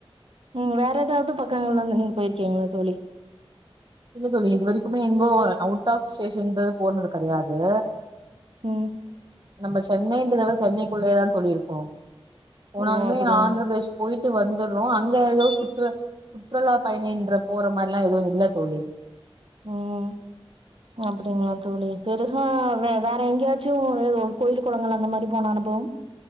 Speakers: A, on the right (about 65°); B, on the right (about 50°).
A: உம் வேற ஏதாவது பக்கங்கள்ல வந்து நீங்க போயிருக்கீங்களா தோலி
B: இல்ல தோலி இது வரைக்குமே எங்கோ அவுட் ஆஃப் ஸ்டேஷன்றது போனது கெடையாது
A: ம்
B: நம்ம சென்னைன்றதால சென்னைக்குள்ளயான் தோலி இருக்கோ போனாலுமே
A: ஓ அப்டிங்க
B: ஆந்திர பிரதேஷ் போயிட் டு வந்துற்றோ அங்க ஏதோ சுற்று சுற்றுலா பயணின்ற போற மாரில எதுவு இல்ல தோலி
A: உம் அப்டிங்களா தோலி பெருசா வே வேற எங்கேயாச்சு கோயில் குளங்கள் அந்த மாரி போனா அனுபவம்